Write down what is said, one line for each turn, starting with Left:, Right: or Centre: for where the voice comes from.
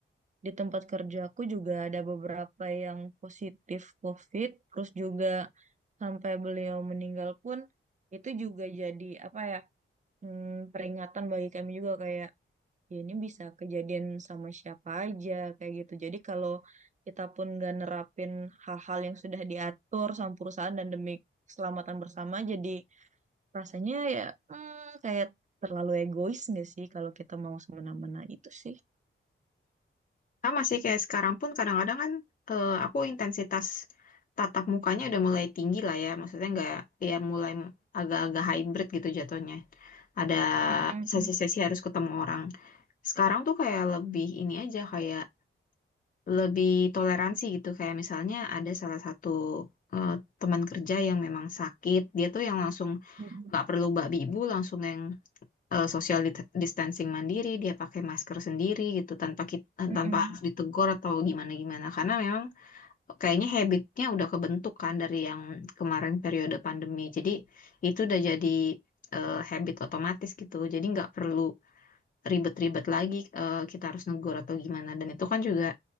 Right: di tempat kerjaku juga ada beberapa yang positif COVID, terus juga sampai beliau meninggal pun itu juga jadi apa ya hmm, peringatan bagi kami juga kayak ya ini bisa kejadian sama siapa aja kayak gitu. Jadi kalau kita pun nggak nerapin hal-hal yang sudah diatur sama perusahaan dan demi keselamatan bersama, jadi Rasanya ya hmm, kayak terlalu egois nggak sih kalau kita mau semena-mena itu sih.
Left: Sama sih kayak sekarang pun kadang-kadang kan eh, aku intensitas tatap mukanya udah mulai tinggi lah ya. Maksudnya nggak ya mulai agak-agak hybrid gitu jatuhnya. Ada
Right: Mm-mm.
Left: sesi-sesi harus ketemu orang. Sekarang tuh kayak lebih ini aja kayak lebih toleransi gitu kayak misalnya ada salah satu eh, teman kerja yang memang sakit dia tuh yang langsung
Right: Mm-mm.
Left: nggak perlu babi ibu langsung yang eh, social dit- distancing mandiri dia pakai masker sendiri gitu tanpa kita,
Right: Mm-mm.
Left: tanpa harus ditegur atau gimana gimana karena memang kayaknya habitnya udah kebentuk kan dari yang kemarin periode pandemi jadi itu udah jadi eh, habit otomatis gitu jadi nggak perlu ribet-ribet lagi eh, kita harus negur atau gimana dan itu kan juga